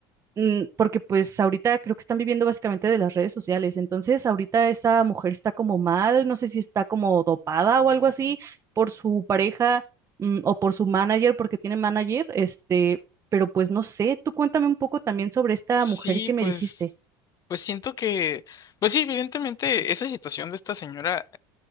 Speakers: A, on the right (about 30°); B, on the left (about 40°).
A: mm, Porque pues ahorita creo que están viviendo básicamente de las redes sociales, entonces ahorita esa mujer está como mal, no sé si está como dopada o algo así por su pareja mm, o por su manager, porque tiene manager, este, pero pues no sé, tú cuéntame un poco también sobre esta
B: Sí,
A: mujer que me
B: pues,
A: dijiste.
B: pues siento que, pues sí, evidentemente esa situación de esta señora